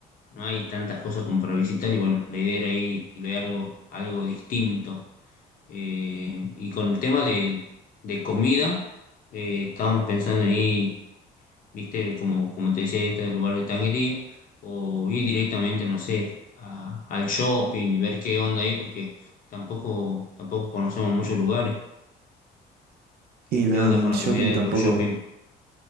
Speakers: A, on the left; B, on the right.
A: no hay tantas cosas como para visitar y bueno, la idea era ir y ver algo, algo distinto. Eh, y con el tema de, de comida, eh, estábamos pensando ahí, viste, como, como te decía, este lugar de tanguería, o ir directamente, no sé, a- al shopping y ver qué onda ahí, porque tampoco, tampoco conocemos muchos lugares. ¿Qué,
B: Y
A: qué
B: nada,
A: onda con
B: el shopping
A: la comida de
B: tampoco
A: los shopping?